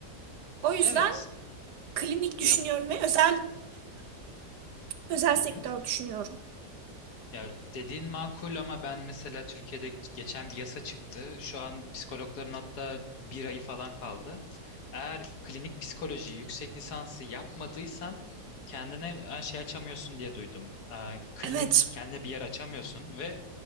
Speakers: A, on the right; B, on the left.
A: O yüzden
B: Evet.
A: klinik düşünüyorum
B: Ya
A: ve özel özel sektör
B: hı hı.
A: düşünüyorum.
B: Ya dediğin makul ama ben mesela Türkiye'de geçen bir yasa çıktı. Şu an psikologların hatta bir ayı falan kaldı. Eğer klinik psikoloji yüksek lisansı yapmadıysan kendine e, şey açamıyorsun diye duydum. Ee, klinik
A: Evet.
B: kendine bir yer açamıyorsun ve